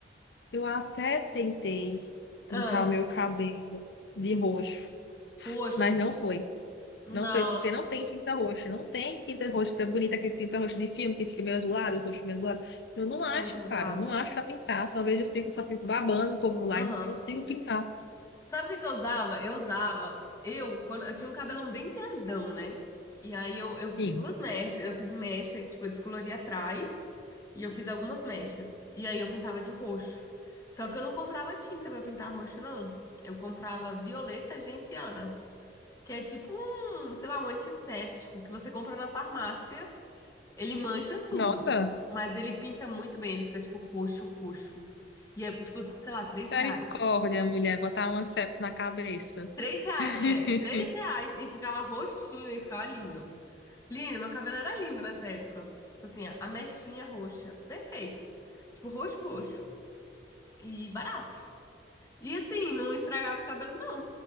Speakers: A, on the left (about 65°); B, on the left (about 15°).
A: Eu até tentei pintar
B: Ah.
A: o meu cabelo de roxo,
B: Roxo.
A: mas não foi.
B: Nossa,
A: Não foi porque não tem tinta roxa. Não tem tinta roxa, que é bonita aquele tinta roxa de filme que fica meio azulado, o roxo meio azulado. Eu não acho,
B: roxo azulado.
A: cara. Eu não acho pra pintar. Só vejo, eu fico, só fico babando o povo lá
B: Aham.
A: e não consigo pintar.
B: Sabe o que que eu usava? Eu usava. Eu, quando eu tinha um cabelão bem grandão, né? E aí eu, eu fiz
A: Sim.
B: duas mechas. Eu fiz mecha, e, tipo, eu descolori atrás. E eu fiz algumas mechas. E aí eu pintava de roxo. Só que eu não comprava tinta pra pintar roxo, não. Eu comprava violeta genciana, que é tipo um, sei lá, um antisséptico que você compra na farmácia. Ele mancha tudo,
A: Nossa,
B: mas ele pinta muito bem. Ele fica, tipo, roxo, roxo. E é, tipo, sei lá,
A: misericórdia,
B: três reais.
A: mulher. Botar um antisséptico na cabeça.
B: Três reais,
A: <laughs>
B: mulher. Três reais. E ficava roxinho e ficava lindo. Lindo, meu cabelo era lindo nessa época. Tipo assim, a mechinha roxa. Perfeito. Tipo, roxo, roxo. E barato. E assim, não estragava o cabelo, não.